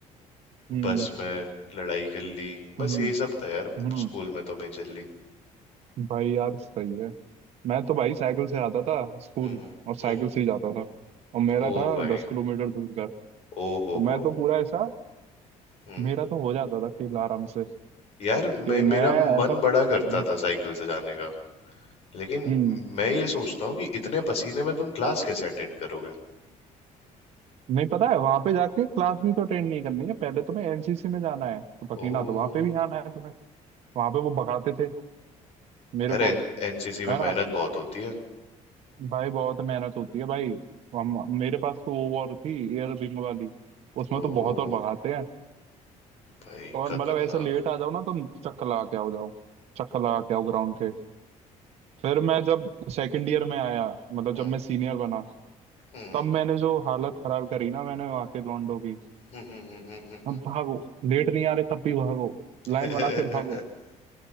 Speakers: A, on the right; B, on the left.
A: हम्म
B: बस में लड़ाई कर ली बस
A: हम्म
B: यही सब था यार
A: हम्म
B: स्कूल में तो मेजरली
A: भाई यार सही है मैं तो भाई साइकिल से आता था स्कूल
B: हम्म
A: और साइकिल
B: हम्म
A: से ही जाता था और मेरा
B: ओ
A: था
B: भाई
A: दस किलोमीटर दूर घर तो
B: ओ हो
A: मैं
B: हो
A: तो पूरा ऐसा
B: हम्म
A: मेरा तो हो जाता था खेल आराम से
B: यार
A: कि
B: मैं मेरा
A: मैं
B: मन
A: ऐसा
B: बड़ा
A: हम्म
B: करता था साइकिल से जाने का लेकिन
A: हम्म,
B: मैं ये सोचता हूँ कि इतने पसीने में तुम क्लास कैसे अटेंड करोगे
A: नहीं पता है वहां पे जाके क्लास भी तो अटेंड नहीं करनी है पहले तुम्हें एनसीसी में जाना है तो
B: ओ
A: पकीना तो वहां पे भी आना है तुम्हें वहां पे वो भगाते थे मेरे
B: यार
A: को
B: एनसीसी
A: है
B: में
A: ना
B: मेहनत बहुत होती है
A: भाई बहुत मेहनत होती है भाई हम मेरे पास तो वो वॉर थी एयर विंग वाली उसमें
B: ओ
A: तो बहुत और भगाते हैं
B: भाई
A: और
B: खतरनाक
A: मतलब ऐसा लेट आ जाओ ना तुम चक्कर लगा के आओ जाओ चक्कर लगा के आओ ग्राउंड के फिर मैं जब सेकंड ईयर में आया मतलब
B: हम्म,
A: जब मैं सीनियर बना
B: हम्म,
A: तब मैंने जो हालत खराब करी ना मैंने वहां के लॉन्डो की
B: हम्म, हम्म, हम्म,
A: अब
B: हम्म,
A: भागो लेट नहीं आ रहे तब भी भागो लाइन
B: <laughs>
A: बना के भागो